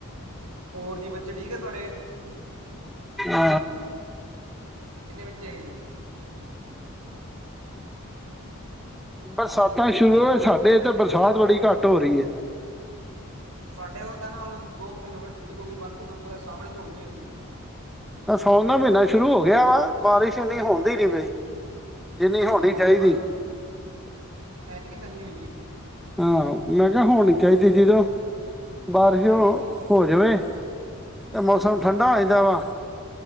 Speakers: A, on the right; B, in the centre.
A: ਹੋਰ ਜੀ ਬੱਚੇ ਠੀਕ ਐ ਤੁਹਾਡੇ?
B: ਆ
A: ਕਿੰਨੇ ਬੱਚੇ ਐਗੇ ਜੀ?
B: ਬਰਸਾਤਾਂ ਸ਼ੁਰੂ
A: ਹੋਰ
B: ਏ, ਸਾਡੇ ਇੱਧਰ ਬਰਸਾਤ ਬੜੀ ਘੱਟ ਹੋ ਰਹੀ ਏ।
A: ਸਾਡੇ ਵੱਲ ਤਾਂ ਨਾ ਹੁਣ ਦੋ ਕੁ ਦਿਨ ਹੋ ਗਏ ਠੀਕ ਹੋ ਗਈ। ਬਾਕੀ ਤੁਹਾਨੂੰ ਪਤਾ ਸਾਵਣ ਝੋੜੀ ਏ ਅੱਗੇ।
B: ਨਾ ਸੋਉਣ ਦਾ ਮਹੀਨਾ ਸ਼ੁਰੂ ਹੋ ਗਿਆ ਵਾ ਬਾਰਿਸ਼ ਇੰਨੀ ਹੁੰਦੀ ਨੀ ਪਈ। ਜਿੰਨੀ ਹੋੜੀ ਚਾਈਦੀ
A: ਹਾਂ
B: ਏ।
A: ਐਤਕੀ ਤਾਂ ਨਈ ਹੋਈ ਜੀ।
B: ਹਾਂ, ਮੈਂ ਕਿਹਾ ਹੋਣੀ ਚਾਈਦੀ। ਜਦੋਂ ਬਾਰਿਸ਼,
A: ਹਾਂਜੀ
B: ਹੋ ਜਾਵੇ ਤੇ ਮੌਸਮ
A: ਹਾਂਜੀ
B: ਠੰਡਾ ਆ ਜਾਂਦਾ ਵਾ